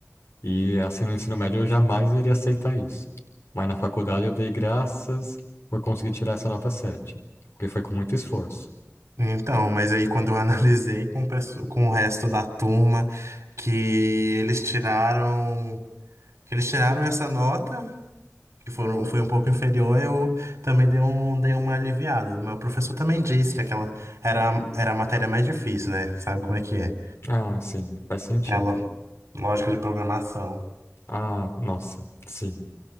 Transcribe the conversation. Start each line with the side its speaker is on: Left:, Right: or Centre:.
Left: E assim no ensino médio eu jamais iria aceitar isso. Mas na faculdade eu dei graças por conseguir tirar essa nota sete porque foi com muito esforço.
Right: Então, mas aí quando eu analisei com, o pesso- com o resto da turma, que eles tiraram, que eles tiraram essa nota. que foram, foi um pouco inferior, eu também dei, um, dei uma aliviada. Mas o professor também disse que aquela era, a- era a matéria mais difícil, né? Sabe como é que é?
Left: Ah, sim, faz sentido.
Right: Aquela lógica de programação.
Left: Ah, nossa, sim,